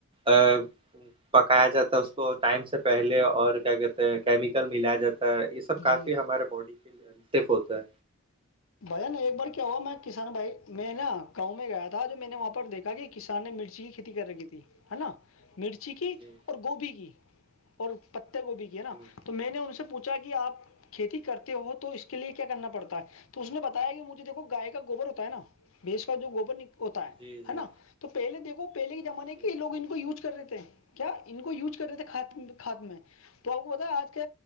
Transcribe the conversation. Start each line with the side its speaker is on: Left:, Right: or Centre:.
Right: ا <inaudible> پکایا جاتا ہے اس کو ٹائم سے پہلے اور کیا کہتے کیمیکل ملایا جاتا ہے اس سب
Left: جی
Right: کافی ہمارے باڈی کے لیے سف ہوتا ہے
Left: بھجن ایک بار کیا ہوا میں کسان بھائی میں نا گاؤں میں گیا تھا جو میں نے وہاں دیکھا کہ کسان نے مرچی کی کھیتی کر رکھی تھی ہے نا مرچ چی کی
Right: جی
Left: اور گوبھی کی اور پتے گوبھی کی ہے نا
Right: ہوں
Left: تو میں نے ان سے پوچھا کہ آپ کھیتی کرتے ہو تو اس کے لیے کیا کرنا پڑتا ہے تو اس نے بتایا کہ مجھے دیکھو گائے کا گوبر ہوتا ہے نا بھیس کا جو گوبر ہوتا ہے
Right: جی جی
Left: نا تو پہے دیکو پہے کے زمانے
Right: ہ
Left: کے یہ لو ان کو یوز کر رہے تھے کیا ان کو یوز کر رہے تھےات ہات میں تو آپ کو بتا آج کے